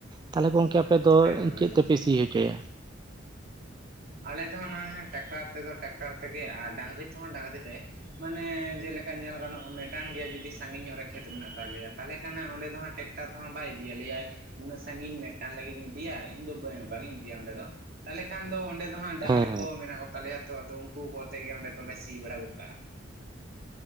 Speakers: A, on the right; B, on the right.
A: ᱛᱟᱦᱚᱞᱮ ᱜᱚᱝᱠᱮ ᱟᱯᱮ ᱫᱚ
B: ᱮᱠᱫᱚᱢ
A: ᱪᱮᱫ
B: ᱮᱠᱫᱚᱢ
A: ᱛᱮᱯᱮ ᱥᱤ ᱦᱚᱪᱚᱭᱟ
B: ᱟᱞᱮ ᱫᱚ ᱦᱟᱸᱜ ᱱᱚᱜᱼᱚᱭ ᱦᱟᱸᱜ ᱴᱟᱠᱴᱟᱨ ᱛᱮᱫᱚ ᱴᱟᱠᱴᱟᱨ ᱛᱮᱜᱮ ᱟᱨ ᱰᱟᱝᱨᱤ ᱛᱮᱦᱚᱸ ᱰᱟᱝᱨᱤ ᱛᱮ ᱢᱟᱱᱮ ᱡᱮᱞᱮᱠᱟ ᱧᱮᱞ ᱜᱟᱱᱚᱜᱼᱟ ᱢᱮᱴᱟᱱ ᱜᱮᱭᱟ ᱡᱩᱫᱤ ᱥᱟᱺᱜᱤᱧ ᱧᱚᱜ ᱨᱮ ᱠᱷᱮᱛ ᱢᱮᱱᱟᱜ ᱛᱟᱞᱮᱭᱟ ᱛᱟᱦᱚᱞᱮ ᱠᱷᱟᱱᱮ ᱚᱸᱰᱮ ᱫᱚ ᱦᱟᱸᱜ ᱴᱮᱠ ᱴᱟ ᱛᱮᱦᱚᱸ ᱵᱟᱭ ᱤᱫᱤᱭᱟ ᱞᱟᱹᱭᱟᱭ ᱩᱱᱟᱹᱜ ᱥᱟᱺᱜᱤᱧ ᱢᱤᱫᱴᱟᱝ ᱞᱟᱹᱜᱤᱫ ᱤᱧ ᱤᱫᱤᱭᱟ ᱤᱧ ᱫᱚ ᱵᱟᱝ ᱵᱟᱝᱤᱧ ᱤᱫᱤᱭᱟ ᱚᱸᱰᱮ ᱫᱚ ᱛᱟᱦᱚᱞᱮ ᱠᱷᱟᱱ ᱫᱚ ᱚᱸᱰᱮ ᱚᱜ-ᱚᱭ ᱰᱟᱝᱨᱤ
A: ᱦᱮᱸ
B: ᱠᱚ ᱢᱮᱱᱟᱜ ᱠᱚᱛᱟᱞᱮᱭᱟ ᱛᱚ ᱟᱫᱚ ᱩᱱᱠᱩ ᱠᱚᱛᱮ ᱜᱮ ᱚᱸᱰᱮ ᱫᱚᱞᱮ ᱥᱤ ᱵᱟᱲᱟ ᱜᱚᱫ ᱠᱟᱜᱼᱟ